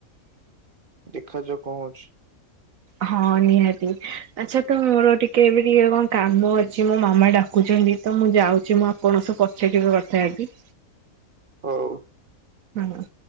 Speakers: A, on the right; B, on the right.
A: ଦେଖାଯାଉ କଣ ହଉଛି।
B: ହଁ ନିହାତି, ଆଚ୍ଛା ତ ମୋର ଟିକେ ଏବେ ଟିକେ କଣ କାମ ଅଛି, ମୋ ମାମା ଡା କୁଚନ୍ତି ତ ମୁଁ ଯାଉଛି, ମୁଁ ଆପଣ ସହ ପଛେ କେବେ କଥା ହେବି।
A: ହଉ।
B: ହଁ, ହଁ।